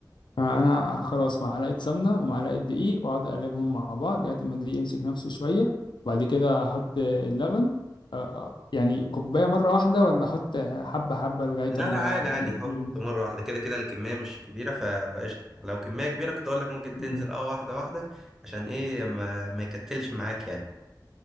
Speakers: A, on the left; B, in the centre.
A: آه، انا خلاص معلقه سمنه ومعلقه دقيق واقعد اقلبهم مع بعض لغايه ما الدقيق يمسك نفسه شويه وبعد كده احط اللبن آه، آه، يعني كوبايه مره واحده ولا احط حبه حبه لغايه
B: لا
A: ما
B: لا عادي عادي
A: الدقيق
B: حط
A: يمسك
B: مره واحده كده كده الكميه مش كبيره ف... فقشطه لو كميه كبيره كنت اقول لك ممكن
A: مم.
B: تنزل اه واحده واحده عشان ايه ما, ما يكتلش معاك يعني